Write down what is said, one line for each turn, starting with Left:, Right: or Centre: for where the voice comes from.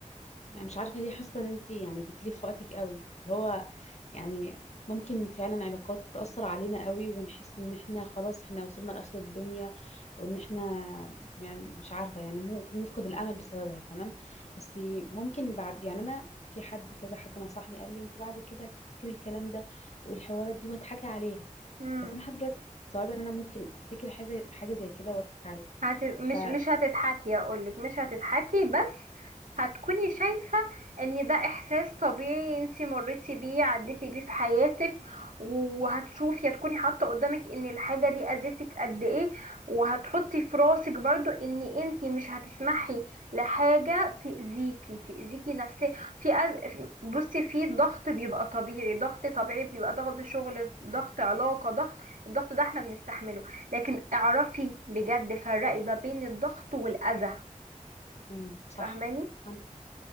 Left: يعني مش عارفة ليه حاسة ان انتي يعني جيتيلي في وقتك قوي هو يعني ممكن فعلا علاقات تأثر علينا قوي ونحس ان احنا خلاص احنا وصلنا لآخر الدنيا وان احنا يعني مش عارفة يعني ممكن نفقد الأمل بسببها تمام بس ممكن بعد يعني انا في حد كذا حد نصحني قال لي انتي بعد كده هتفتكري الكلام ده والحوارات دي وهتحكي عليها
Right: مم.
Left: بس انا لحد دلوقتي صعب ان انا ممكن افتكر حاجة حاجة زي كده واضحك عليها
Right: هت... مش
Left: ف
Right: مش هتتحكي اقولك مش هتتحكي بس هتكوني شايفة ان ده احساس طبيعي انتي مريتي بيه عديتي بيه في حياتك و- وهتشوفي هتكوني حاطة قدامك ان الحاجة دي اذتك قد ايه وهتحطي في راسك برضو ان انتي مش هتسمحي لحاجة تأذيكي تأذيكي نفسيا في أز... بصي في ضغط بيبقى طبيعي ضغط طبيعي بيبقى ضغط شغل ضغط علاقة ضغط الضغط ده احنا بنستحمله لكن اعرفي بجد فرقي ما بين الضغط والأذى
Left: مم، صح
Right: فاهماني
Left: عندك